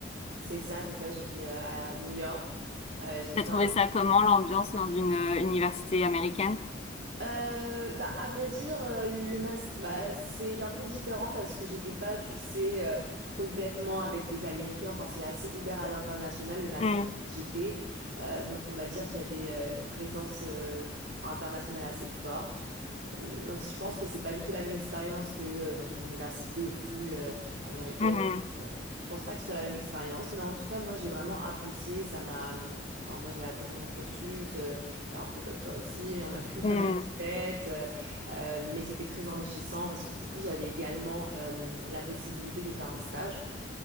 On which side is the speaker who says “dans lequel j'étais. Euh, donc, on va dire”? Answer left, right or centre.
Right